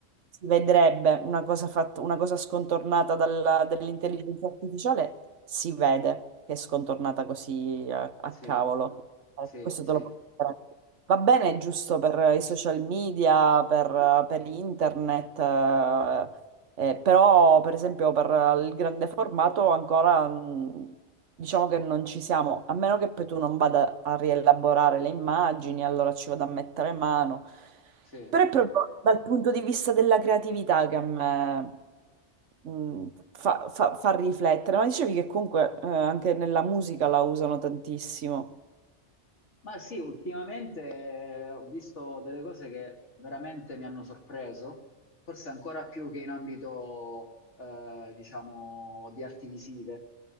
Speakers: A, on the right; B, on the left.
A: si vedrebbe una cosa fatta, una cosa scontornata dalla- dall'intelligenza artificiale, si vede che è scontornata così a, a
B: sì,
A: cavolo. Eh,
B: sì,
A: questo
B: sì,
A: te lo posso garantire. Va bene, giusto per i social media, per, per internet, eh, eh, però, per esempio, per il grande formato ancora mh, diciamo che non ci siamo, a meno che poi tu non vada a rielaborare le immagini, allora ci vado a mettere mano.
B: sì.
A: Però è proprio dal punto di vista della creatività che a me mh, fa, fa- fa riflettere. Ma dicevi che comunque eh, anche nella musica la usano tantissimo.
B: Ma sì, ultimamente eh, ho visto delle cose che veramente mi hanno sorpreso, forse ancora più che in ambito, eh, diciamo, di arti visive.